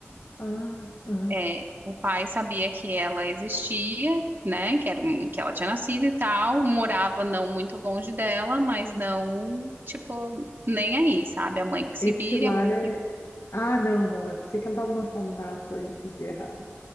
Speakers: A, on the left; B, on the right.
A: Ah, ah.
B: é, o pai sabia que ela existia, né, que era, que ela tinha nascido e tal, morava não muito longe dela, mas não, tipo, nem aí, sabe? A mãe que
A: Esse
B: se vire,
A: lar
B: a mãe
A: é.
B: que
A: Ah, não, não. Eu pensei que ela estava no orfanato, eu entendi errado.